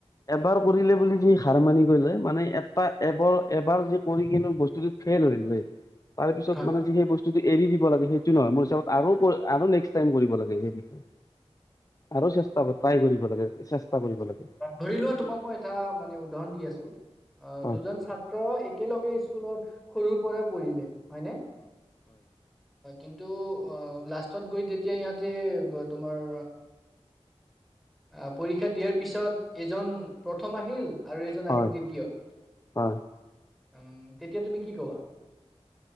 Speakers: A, on the left; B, in the centre.
A: এবাৰ কৰিলে বুলি যি হাৰ মানি গলে মানে এটা এবাৰ এবাৰ যে কৰি কিনে বস্তুটো। ফেল হৈ গৈ তাৰ পিছত
B: হয়,
A: মানে যি সেই বস্তুটো এৰি দিব লাগে সেইটো নহয় মোৰ হিচাপত আৰু কৰি আৰু নেক্সট টাইম কৰিব লাগিব সেই বিষয়ে আৰু চেষ্টা ট্ৰাই কৰিব লাগে। কৰিব লাগে
B: ধৰি লোৱা তোমাক মই এটা মানে উদাহৰণ দি আছো অ
A: হয়
B: দুজন ছাত্ৰ একেলগে স্কুলত সৰুৰ পৰা পঢ়িলে হয় নে? কিন্তু লাষ্টত গৈ তেতিয়া ইহতে তোমাৰ আহ পৰীক্ষা দিয়াৰ পিছত এজন প্ৰথম আহিল। আৰু এজন
A: হয়
B: আহিল দ্বিতীয়। উম
A: হয়
B: তেতিয়া তুমি কি কবা?